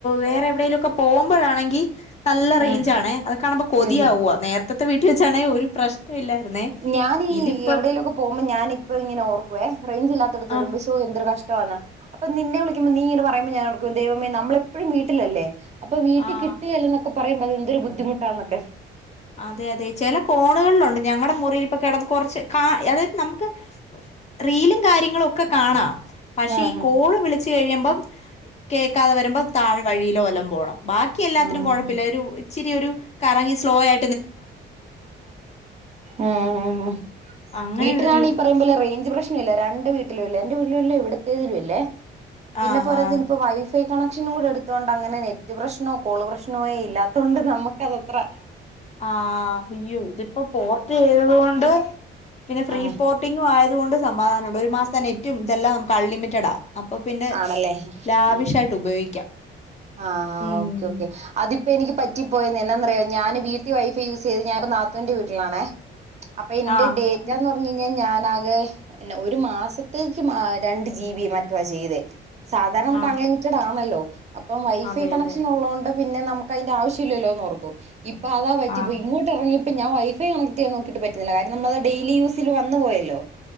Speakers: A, on the left (about 35°); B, on the right (about 35°).
A: വേറെ എവിടേലൊക്കേ പോകുമ്പഴാണെങ്കി നല്ല റേഞ്ച
B: ആഹ്
A: ആണേ അത് കാണുമ്പൊ കൊതിയാവുവ
B: ഉം ആ
A: നേര്തെത്തെ വീട്ടിവെച്ചാണെ ഒരു പ്രശ്നം ഇല്ലായിരുന്നേ
B: ഞാനീ
A: ഇതിപ്പം
B: എവിടേലൊക്കെ പോക്മ്പോ ഞാന്പ്പഴും ഇങ്ങനെ ഓർക്കുവേ റൈഞ്ചില്ലാതോട്ത്ത് വരുമ്പോ
A: ആഹ്
B: ഷ് ഷോ എന്തൊരു കഷ്ടവാന്ന് അപ്പൊ നിന്നെ വിളിക്കുമ്പ നീ ഇത് പറുമ്പോ ഞാൻ ഓർക്കും ദൈവമ നമ്മളപ്പഴും വീട്ടിലല്ലേ അപ്പൊ വീട്ടികിട്ടുകേലൊന്നൊക്കെ
A: ആഹ്
B: പറയുമ്പോ അത് എന്തൊരു ബുദ്ധിമുട്ടാന്നൊക്കെ
A: അതെ അതെ ചില കോണുകളിലുണ്ട് ഞങ്ങടെ മുറീലിപ്പ കിടന്ന് കൊറച്ച് കാ അതായത് നമുക്ക് റീലും കാര്യങ്ങളൊക്കെ കാണാം പക്ഷെ
B: ആഹ്
A: ഈ കോള് വിളിച്ച് കഴിയുമ്പം കേൾക്കാതെ വരുമ്പോ തായേ വഴിയിലോ വല്ലംപോണം ബാക്കി എല്ലാത്തിനും
B: ആഹ്
A: കുഴപ്പല്ല ഒരു ഇച്ചിരി ഒരു കറങ്ങി സ്ലോ ആയി
B: ഉം ഉം ഉം
A: അങ്ങനെ
B: വീട്ടിലാണേ
A: ഒരു
B: ഈ പറയുമ്പോലെ റേഞ്ച് പ്രശ്നം ഇല്ല രണ്ട് വീട്ടിലും ഇല്ല എന്റെ വീട്ടിലും ഇല്ല ഇവിടത്തേതിലും ഇല്ലേ പിന്നെ
A: ആഹ്
B: പോരാത്തെയ്ന്
A: ആഹ്
B: ഇപ്പൊ വൈഫൈ കണക്ഷനും കൂടെ എടുത്തോണ്ട് അങ്ങനെ നെറ്റ് പ്രശ്നോ കോള് പ്രശ്നോ ഏ ഇല്ലാത്തോണ്ട് ന്നമ്മക്ക് അതത്ര
A: ആഹ് അയ്യോ ഇതിപ്പോ പോർട്ടെ യ്തത് കൊണ്ട് പിന്നെ ഫ്രീ
B: ആഹ്
A: പോർ ട്ടിങ്ങും ആയത് കൊണ്ട് സമാധാനം ഉണ്ട് ഒരു മാസത്തെ നെറ്റും ഇതെല്ലാം നമക്ക് അൺലിമിറ്റഡാ. അപ്പൊ പിന്നെ
B: ആണല്ലേ
A: ലാവിഷായിട്ട്
B: ആ
A: ഉപയോഗിക്കാം.
B: ആഹ്
A: ഉം
B: ഓക്കെ ഓക്കെ അതിപ്പോ എനിക്ക് പറ്റിപ്പോയെന്നേ എനാന്നറിയോ ഞാന് വീട്ടി വൈഫൈ യൂസയ്ത് ഞാൻ ന്റെ നാത്തൂന്റെ വീട്ടിലാണെ അപ്പൊ എന്റെ
A: ആഹ്
B: ഡേറ്റ ന്നൊർ- പിന്നെ ഞാനാകേ പിന്നെ ഒരു മാസത്തേക്ക് ആഹ് രണ്ട് ജീബി മറ്റൊ വാ ചെയ്തേ സാധാരണ നമ്മക്ക്
A: ആഹ്
B: കൺലിമിറ്റട് ആണല്ലോ അപ്പം വൈഫൈ
A: അതെ
B: കണക്ഷൻ
A: അതെ
B: ഉള്ളതോണ്ട് പിന്നെ നമക്ക് അയ്ന്റെ ആവശ്യല്ലല്ലോന്നോർത്തു ഇപ്പൊ അതാ പറ്റിപ്പോയി
A: ആഹ്
B: ഇങ്ങോട്ട് എറങ്ങിയ പ്പൊ ഞാൻ വൈ ഫൈ കണക്റ്റെയ്യാൻ നോക്കിയിട്ട് പറ്റുന്നില്ല കാരണം നമ്മളത് ഡൈലി യൂസില് വന്ന് പോയല്ലോ